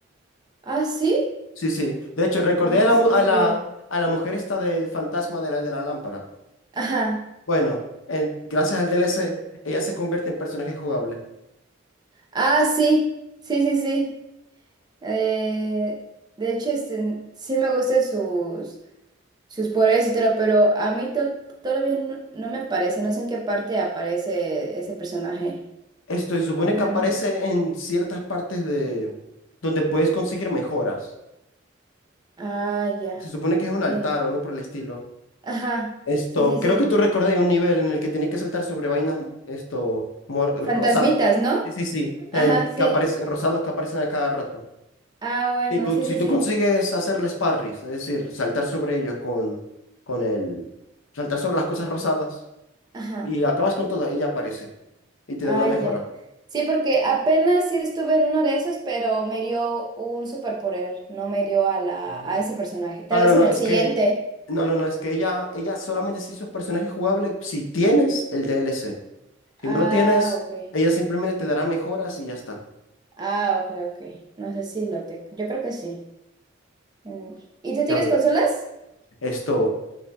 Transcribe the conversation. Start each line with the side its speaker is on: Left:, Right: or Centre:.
Right: Ah, sí.
Left: Sí, sí. De hecho, recordé
Right: Oh,
Left: a la,
Right: eso
Left: mu-
Right: no
Left: a
Right: sabía.
Left: la, a la mujer esta del fantasma de la, de la lámpara.
Right: Ajá.
Left: Bueno, en- gracias al DLC, ella se convierte en personaje jugable.
Right: Ah, sí. Sí, sí, sí. Eh, de hecho, este, sí me gustan sus Sus poderes y todo, pero a mí to- todavía no, no me aparece, no sé en qué parte aparece ese personaje.
Left: Esto se supone
Right: Mm,
Left: que aparece en ciertas partes de donde puedes conseguir mejoras.
Right: Ah, ya.
Left: Se supone que es un altar
Right: eh,
Left: o algo por el estilo.
Right: Ajá,
Left: Esto,
Right: sí, sí, sí.
Left: creo que tú recordás un nivel en el que tenés que saltar sobre vainas, esto, mo- rosadas.
Right: Fantasmitas, ¿no?
Left: Sí, sí, sí. El
Right: Ajá,
Left: que
Right: sí.
Left: aparece, rosados que aparecen a cada rato.
Right: Ah, bueno,
Left: Y co-
Right: sí,
Left: si
Right: sí,
Left: tú
Right: sí.
Left: consigues hacerles parries, es decir, saltar sobre ellos con, con el... Saltar sobre las cosas rosadas
Right: Ajá.
Left: y acabas con todas, ella aparece y te
Right: Ah,
Left: da una mejora.
Right: ya. Sí, porque apenas sí estuve en uno de esos, pero me dio un superpoder, no me dio a la,
Left: Mm.
Right: a ese personaje. Tal
Left: Ah,
Right: vez
Left: no, no,
Right: en el
Left: es
Right: siguiente.
Left: que... No, no, no, es que ella, ella solamente se hizo personaje jugable si tienes el DLC. Si
Right: Ah,
Left: no lo tienes,
Right: ok.
Left: ella simplemente te dará mejoras y ya está.
Right: Ah, ok, ok. No sé si lo tengo. Yo creo que sí. Mm, ¿Y tú tienes
Left: Ya veo.
Right: consolas?
Left: Esto,